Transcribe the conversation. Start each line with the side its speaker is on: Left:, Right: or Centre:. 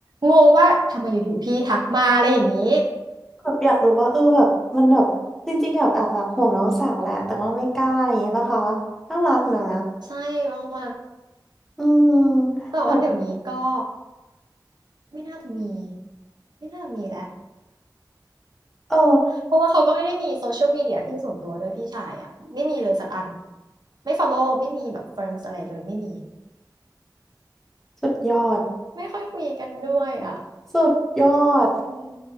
Right: งงว่าทำไมอยู่ๆพี่ทักมาอะไรอย่างนี้
Centre: แบบอยากรู้ว่าเออแบบมันแบบจริงๆแบบแอบแบบห่วงน้องสาวแหละแต่ว่าไม่กล้าอะไรอย่างเงี้ยป่ะคะน่ารักนะ
Right: ใช่ประมาณ
Centre: อืม
Right: แต่ว่าเดี๋ยวนี้ก็
Centre: แบบ
Right: ไม่น่าจะมีไม่น่าจะมีแล้ว
Centre: เออ
Right: เพราะว่าเขาก็ไม่ได้มีโซเชียลมีเดียที่ส่วนตัวด้วยพี่ชายอ่ะไม่มีเลยสักอันไม่ฟอลโล่ไม่มีแบบเฟรนด์อะไรเลยไม่มี
Centre: สุดยอด
Right: ไม่ค่อยคุยกันด้วยอ่ะ
Centre: สุดยอด
Right: อืม